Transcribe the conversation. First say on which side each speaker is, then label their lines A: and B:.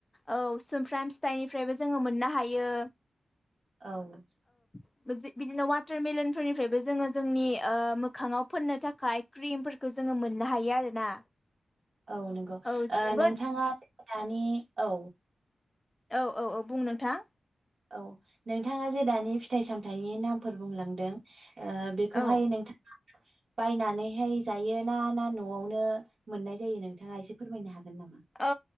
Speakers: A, on the left; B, on the right.
A: औ सोमफ्राम फिथाइनिफ्रायबो जोङो मोननो हायो।
B: औ
A: <unintelligible> बिदिनो वाटारमेलन फोरनिफ्रायबो जोङो जोंनि ओ मोखाङाव फोननो थाखाय क्रिमफोरखो जोङो मोननो हायो आरोना
B: औ नंगौ
A: औ जोबोद
B: नोंथाङा दानि औ
A: औ औ औ बुं नोंथां।
B: औ नोंथाङा जे दानि फिथाइ सामथाइनि नामफोर बुंलांदों बेखौहाय
A: औ
B: नोंथाङा
A: <inaudible>
B: बायनानैहाय जायो ना ना न'आवनो मोननाय जायो नोंथाङा एसे फोरमायनो हागोन नामा?
A: औ